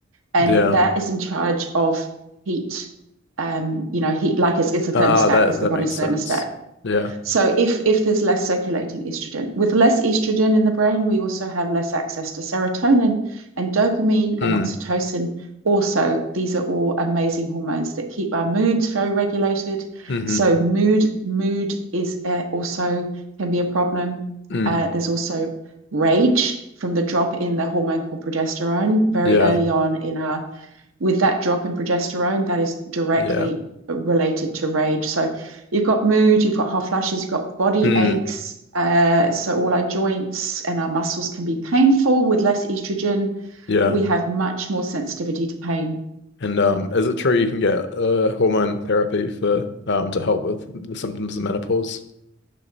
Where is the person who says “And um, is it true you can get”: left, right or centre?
Left